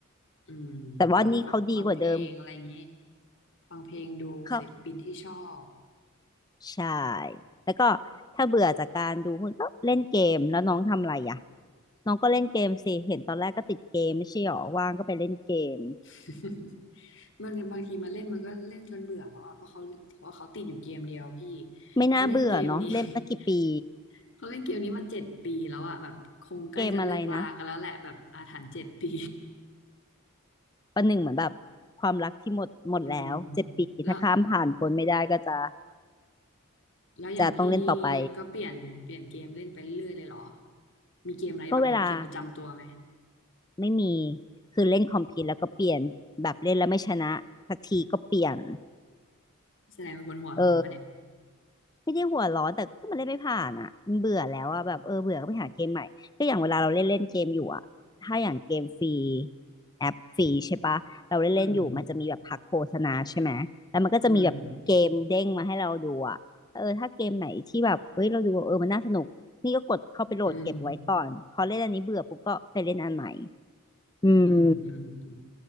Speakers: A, on the left; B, on the left.
A: อืมก็คือฟังฟังเพลงอะไรอย่างนี้
B: แต่ว่านี่เขาดีกว่าเดิม
A: ฟังเพลงดูศิลปินที่ชอบ
B: เขาใช่แล้วก็ถ้าเบื่อจากการดูคุณก็เล่นเกมแล้วน้องทำอะไรอ่ะน้องก็เล่นเกมสิเห็นตอนแรกก็ติดเกมไม่ใช่หรอว่างก็ไปเล่นเกม
A: <laughs> มันบางทีมันเล่นมันก็เล่นจนเบื่อแล้วอ่ะเพราะเขาเพราะเขาติดอยู่เกมเดียวพี่
B: ไม่น่าเบื่อเนาะเล่นมากี่ปี
A: เขาเล่นเกมนี้ <laughs> เขาเล่นเกมนี้มาเจ็ดปีแล้วอ่ะแบบคงใกล้จะเลิกลากันแล้วแหละแบบอาถรรพ์เจ็ดปี
B: เกมอะไรนะประหนึ่งเหมือนแบบความรักที่หมดหมดแล้วเจ็ดปีถ้าข้ามผ่านพ้นไม่ได้ก็จะ
A: <laughs> อืมแล้วแล้วอย่างพี่
B: จะต้องเล่นต่อไป
A: ก็เปลี่ยนเปลี่ยนเกมเล่นไปเรื่อยเลยเหรอมีเกมอะไรแบบเป็นเกมประจำตัวไหม
B: ก็เวลาไม่มีคือเล่นคอมพิวแล้วก็เปลี่ยนแบบเล่นแล้วไม่ชนะสักทีก็เปลี่ยน
A: แสดงเป็นคนหัวร้อนปะเนี่ย
B: เออ ไม่ได้หัวร้อนแต่ก็มันเล่นไม่ผ่านอ่ะมันเบื่อแล้วอ่ะแบบเออเบื่อก็ไปหาเกมใหม่ก็อย่างเวลาเราเล่นเล่นเกมอยู่อ่ะถ้าอย่างเกมฟรีแอปฟรีใช่ปะเราเล่นเล่นอยู่มันจะมีแบบพักโฆษณาใช่ไหมแล้วมันก็จะมีแบบเกมเด้งมาให้เราดูอ่ะเออถ้าเกมไหนที่แบบเฮ้ยเราดูเออมันน่าสนุกนี่ก็กดเข้าไปโหลดเก็บไว้ก่อนพอเล่นอันนี้เบื่อปุ๊บก็ไปเล่นอันใหม่
A: อืมอืมอืม
B: อืม
A: อืมอืมอืม